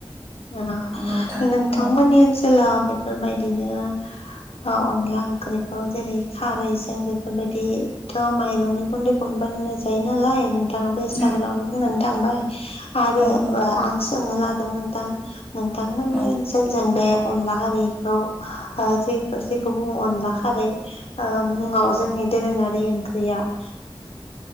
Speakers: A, on the left; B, on the right.
A: औ
B: नंगौ नोंथां
A: नोंथांमोननि
B: औ
A: ओनसोलाव बे फोरबायदिनो। अ अनला ओंख्रिखौ जेरै खारैजों बेफोरबायदिथ' माइरंनि गुन्दै खनबानो जायोनालाय‌ नोंथां थाङाबो एसे
B: औ
A: आगोलावनो बुंनानै थांबाय। आरो
B: औ औ
A: बा आं सोंनो लादों नोंथां। नोंथांमोननि
B: औ
A: ओनसोलजों बे। अनला खारैखौ ओ जे जेखौ बुङो अनला खारै। ओ मुङाव जोंनि - दोरोङारि ओंख्रि ख्रैया। <inaudible>